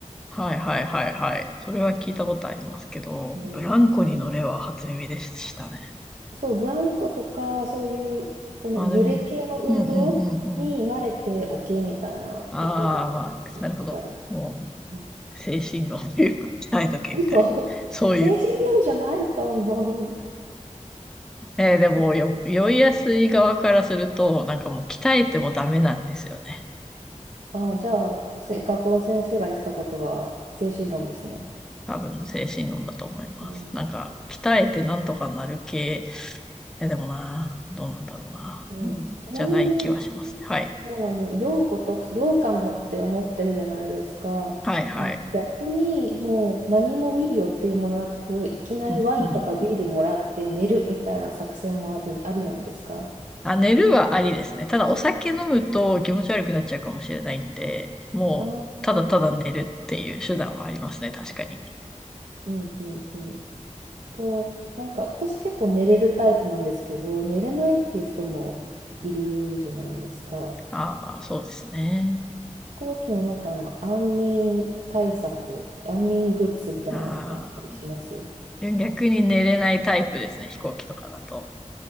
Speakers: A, in the centre; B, on the right.
A: はいはいはいはい。それは聞いたことありますけど、
B: うん
A: ブランコに乗れは初耳でしたね。
B: そう、ブランコとか、そういう、この揺れ系の運動に慣れておけみたいなことをやったことがあります。
A: まあでも、うんうんうんうん。ああ、まあ、なるほど。も
B: うん
A: う、精神論というか、鍛えとけみたいな。
B: 嘘 <laughs>
A: そう、
B: 精神論じゃないと思う。
A: えーでもよ、
B: え
A: 酔いやすい側からすると、なんかもう鍛えてもダメなんですよね。
B: あ、じゃあ、せ、学校の先生が言ってたことは精神論ですね。
A: 多分精神論だと思います。
B: うん、
A: なんか、鍛えてなんとかなる系、え、でもな、どうなんだろうな。
B: うんちなみに、
A: うん、じゃない気はしますね。はい。
B: 要はあの、酔うとか、かもって思ってるじゃないですか。
A: はいはい。
B: あの、逆にもう何も見る予定もなく、いきなりワインとかビールもらって寝るみたいな作戦もあり、
A: うん、うん。
B: ありなんですか
A: あ、寝るはありですね。ただお酒飲むと気持ち悪くなっちゃうかもしれないんで、もう、
B: ああー、
A: ただただ寝るっていう手段はありますね。確かに。
B: うんうんうん。こう、なんか私結構寝れるタイプなんですけど、寝れないっていう人もいるじゃないですか。
A: ああ、そうですね。
B: 飛行機の中の安眠対策、安眠グッズみたいなのとかあったりします
A: ああ、逆に寝れないタイプですね。飛行機とかだと。